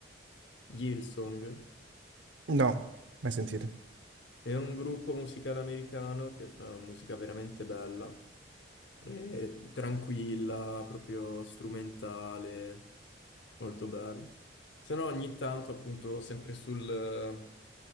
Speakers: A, on the left (about 75°); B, on the right (about 85°).
A: Hillsong.
B: No, mai sentito.
A: È un gruppo musicale americano che fa musica veramente bella, è tranquilla, proprio strumentale, molto bella. Se no ogni tanto appunto sempre sul,